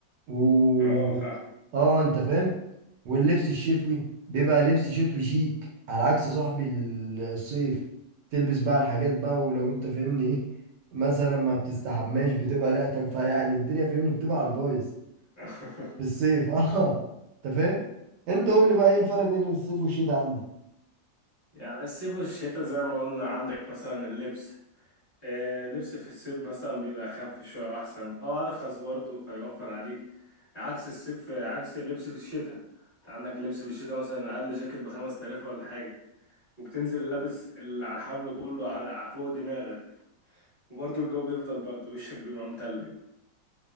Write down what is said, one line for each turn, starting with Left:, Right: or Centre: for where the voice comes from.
Right: و
Left: اه فاهم
Right: اه انت فاهم واللبس الشتوي بيبقى لبس شتوي شيك على عكس صاحب ال- الصيف تلبس بقى الحاجات بقى ولو انت فاهمني ايه مثلا ما بتستحماش بتبقى ريحتك فيعني الدنيا فاهمني بتبقى على البايظ
Left: <laughs>
Right: في الصيف <laughs> اه انت فاهم انت قول لي بقى ايه الفرق بين الصيف والشتاء عندك
Left: يعني الصيف والشتاء زي ما قلنا عندك مثلا اللبس آه، اللبس في الصيف مثلا بيبقى اخف شويه واحسن او ارخص برضه فيوفر عليك عكس الصيف عكس اللبس في الشتاء انت عندك اللبس في الشتاء مثلا اقل جاكيت بخمس تلاف ولا حاجه وبتنزل لابس اللي على الحبل كله على على فوق دماغك وبرضه الجو بيفضل برضه وشك بيبقى متلج